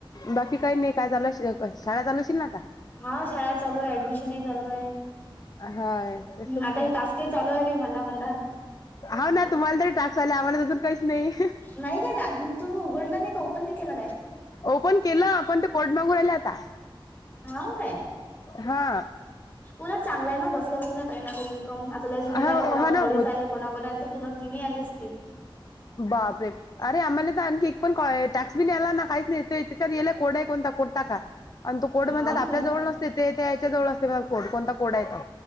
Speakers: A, on the left; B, on the left.
A: बाकी काही नाही काय चालू शाळा चालूशील ना आता
B: हा शाळा चालू आहे ऍडमिशनही चालू आहे.
A: हा तेच
B: हम्म
A: तर म्हटलं
B: आता हे टास्क चालू आहे बी मना म
A: होा ना तुम्हाला तरी ट्राक चाला आम्हाला तर पण काहीच नाही
B: नाही काय टा तुम्ही उघडलं नाही का ओपन नाही केलं काय
A: ओपन केलं आपण ते कोर्ट मागूून आहिले आता
B: हाव काय्
A: हा
B: उलट चांगल आहं ना बसल्या बस काही नाही का इन्कम आता लही झणीला
A: हा
B: आला कोण
A: हा
B: अडीच
A: ना होत
B: आले कोणा कोणाला तर पूर्ण तीनही आलेच असतील.
A: बापरे अरे आम्हाला तर आणखी एक पण टॅक्स बि याला ना काहीच नाही याला कोड आहे कोणता कोटा का आणि तो कोड म्हणतात
B: हाव
A: आपल्या
B: काय?
A: जवळ नसतंय ते त्या यायच्या जवळ असते कोड कोणता कोड आहे तो.